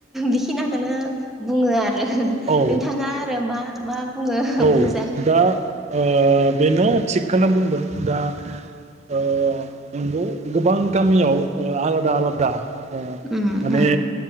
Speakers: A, in the centre; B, on the right (about 35°).
A: बेखिनिखौनो बुङो आरो नोंथाङा
B: ओ
A: मा- मा बुंङो
B: औ
A: बुं
B: दा ओ बेनो थिग खोनो बुंदों दा ओ नंगौ गोबां गामियाव ओ आलादा आलादा ओ
A: उम
B: माने
A: उम